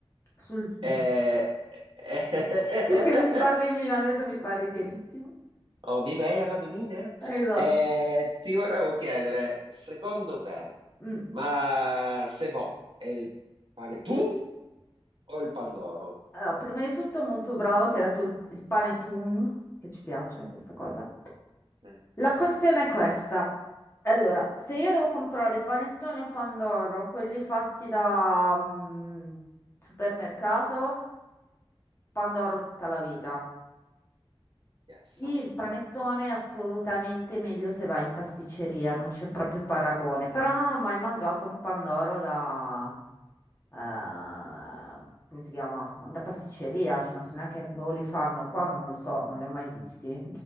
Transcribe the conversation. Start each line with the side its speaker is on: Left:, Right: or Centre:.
Left: sul- <laughs>
Right: Eh, eh,
Left: Tu che mi parli
Right: <laughs>
Left: in milanese mi fa riderissimo.
Right: Oh, mi bella Madonnina.
Left: Esatto.
Right: Eh, ti volevo chiedere, secondo te,
Left: Mm.
Right: ma c'est bon, è il panettone o il pandoro?
Left: Allora, prima di tutto molto bravo che hai detto il, il panettone, che ci piace questa cosa.
Right: Eh,
Left: La questione è questa. Allora, se io devo comprare panettone o pandoro, quelli fatti da mm, supermercato, pandoro tutta la vita.
Right: yes.
Left: Il panettone è assolutamente meglio se va in pasticceria, non c'è proprio paragone. Però non ho mai mangiato un pandoro da... eh, come si chiama? Da pasticceria, cioè non so neanche dove li fanno qua, non lo so, non li ho mai visti.